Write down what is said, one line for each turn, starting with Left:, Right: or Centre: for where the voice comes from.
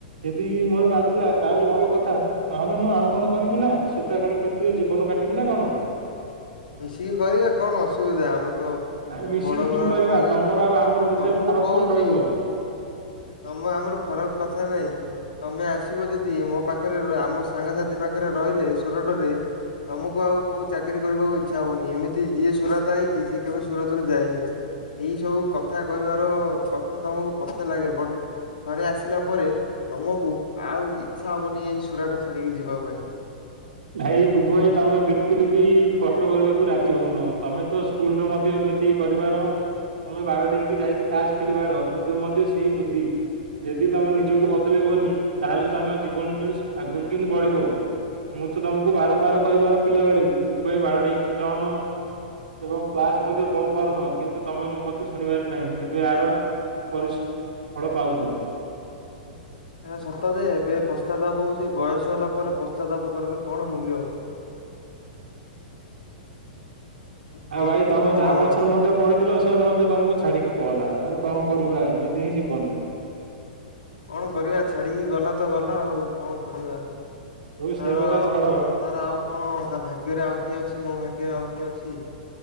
Right: ଯଦି ମୋର ବାଜିଲା ତାହେଲେ ଭଲ କଥା। ନହେଲେ ମୁଁ ଆଉ କଣ କରିବି ନା ସୂତା କଳ ଫାକ୍ଟ୍ରି ରେ ଜୀବନ କାଟିବି ନା କଣ।
Left: ମିଶିକି କରିବା କଣ ଅସୁବିଧା ଆମେ ତ
Right: ନାଇଁ ମିଶିକି
Left: ବଡ
Right: କିନ୍ତି
Left: ଘର
Right: କରିବା
Left: ମଜି
Right: ତମର ଆଉ
Left: ତମକୁ
Right: ଆମର ଭିତରେ ଫରକ
Left: କହୁଛି।
Right: କଣ ରହିବ?
Left: ତମ ଆମର ଫରକ କଥା ନାଇଁ ତମେ ଆସିବ ଯଦି ମୋ ପାଖରେ ର ଆମ ସାଙ୍ଗସାଥି ପାଖରେ ରହିଲେ ସୁରଟ ରେ ତମକୁ ଆଉ କୋଉ ଚାକିରୀ କରିବାକୁ ଇଚ୍ଛା ହବନି ଏମିତି ଯିଏ ସୁରା ତ ଆଇଛି ସେ କେବେ ସୁରତରୁ ଯାଇନି ଏଇ ସବୁ କଥା କହିବାର କଥା ତମକୁ ପ ଲ ଲାଗେ ବଟ ଥରେ ଆସିଲା ପରେ ତମକୁ ଆଉ ଇଚ୍ଛା ହବନି ଏଇ ସୁରାଟା ଛାଡ଼ିକି ଯିବା ପାଇଁ।
Right: ଭାଇ ବିଭୁ ଭାଇ ତମେ ବିଲକୁଲ ବି କଷ୍ଟ କରିବାକୁ ରାଜି ହଉନ ତମେ ତ ସ୍କୁଲରେ ମଧ୍ୟ ଏମିତି ତିକରିବାର ତମେ ବାର ଡେଇକି ଯାଇକି ତାସ ଖେଳିବାର ଏବେ ମଧ୍ୟ ସେଇ ବୁଦ୍ଧି ଯଦି ତମେ ନିଜକୁ ବଦଳେଇବନି ତାହେଲେ ତମେ ଜୀବନରେ ଆଗକୁ କିନ୍ତି ବଢିବ ମୁଁ ତ ତମକୁ ବାରମ୍ବାର କହିବାର ପିଲାବେଳେ ବିବୁ ବାଇ ବାର ଡେଁଇକି ଯଅନ। ଏବଂ କ୍ଲାସ ମଧ୍ୟ ବନ୍ଦ କରୁନ କିନ୍ତୁ ତମେ ମୋ କଥା ଶୁଣିବାର ନାହିଁ ଏବେ ଆର ପରିସ ଫଳ ପାଉଛ।
Left: ଏହା ସତ ଯେ ଏବେ ପଶ୍ଚାତାପ ହଉଛି ବୟସ ହେଲା ପରେ ପଶ୍ଚାତାପ କରିଲେ କଣ ମୂଲ୍ୟ। କଣ
Right: ଆଉ ଭାଇ
Left: କୁହ
Right: ତମେ
Left: ଖବର
Right: ଯାହା ପଛରେ ମଧ୍ୟ ପଢିଥିଲ ସେ ମଧ୍ୟ ତମକୁ ଛାଡିକି ପଳଲା ଆରେ କଣ କରିବା ଏମିତି ହିଁ ଜୀିବନ।
Left: କଣ କରିବା ଛାଡିକି ଗଲା ତ ଗଲା ଆଉ କଣ କରିବା।
Right: ହଉ
Left: ତାର
Right: ସେଇ କଥା
Left: ଆଉ
Right: ଛାଡ
Left: କଣ ତାର ଆଉ କଣ ତା ଭାଗ୍ୟରେ ଆଉ କିଏ ଅଛି ମୋ ଭାଗ୍ୟରେ ଆଉ କିଏ ଅଛି।